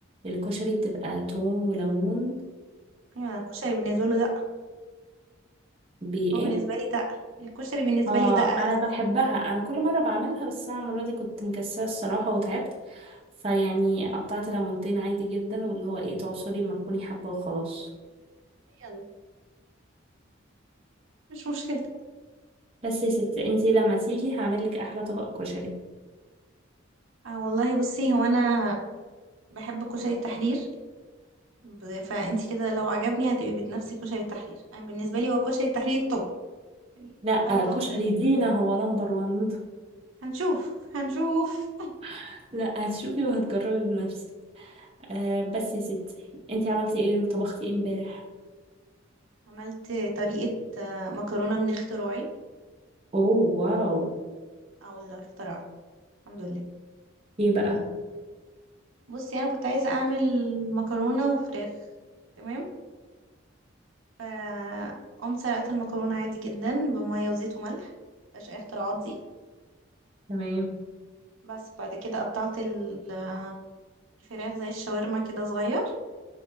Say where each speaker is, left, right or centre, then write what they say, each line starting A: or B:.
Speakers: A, on the right; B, on the right.
A: الكشري بتبقى توم وليمون
B: ايوه أنا الكشري بالنسبة له دقة
A: وبإيه
B: هو بالنسبة لي دقة الكشري بالنسبة
A: اه
B: لي دقة اساسا
A: انا بحبها انا كل مرة بعملها بس انا المرة دي كنت مكسلة الصراحة وتعبت فيعني قطعت ليمونتين عادي جدا واللي هو ايه تعصري ما تكوني حابة وخلاص
B: يلا مش مشكلة
A: بس يا ستي انتي لما تيجي هعملك احلى طبق كشري
B: اه والله بصي هو انا بحب كشري التحرير ب- فانت كده لو عجبني هتبقي بتنافسي كشري التحرير انا بالنسبة لي هو كشري التحرير طب يعني
A: لا
B: حاولي تغطي
A: كشري
B: عليه
A: دينا هو نمبر وان
B: هنشوف هنشوف
A: <laughs> لا هتشوفي وهتجربي بنفسك أه بس يا ستي انتي عملتي ايه طبختي ايه امبارح
B: عملت طريقة آه، مكرونة من اختراعي
A: اوه واو
B: اه والله اخترعت الحمد لله
A: ايه بقى
B: بصي انا كنت عايزه اعمل مكرونه وفراخ تمام ف قمت سلقت المكرونه عادي جدا بميه وزيت وملح مفيهاش اي اختراعات دي
A: تمام
B: بس بعد كده قطعت ال- الفراخ زي الشاورما كده صغير